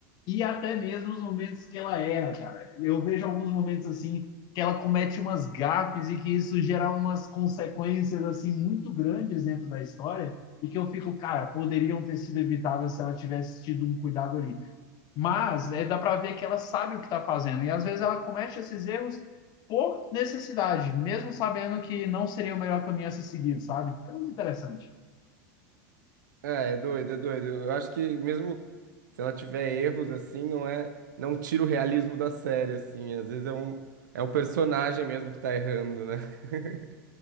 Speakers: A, on the left; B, on the right.
A: e até mesmo os momentos que ela erra, cara. Eu vejo alguns momentos assim que ela comete umas gafes e que isso gera umas consequências assim muito grandes dentro da história e que eu fico, cara, poderiam ter sido evitadas se ela tivesse tido um cuidado ali. Mas é, dá para ver que ela sabe o que está fazendo e às vezes ela comete esses erros por necessidade, mesmo sabendo que não seria o melhor caminho a ser seguido, sabe? É muito interessante.
B: É, é doido, é doido. Eu acho que mesmo se ela tiver erros assim, não é, não tira o realismo da série assim. Às vezes é um é o personagem mesmo que tá errando, né? <laughs>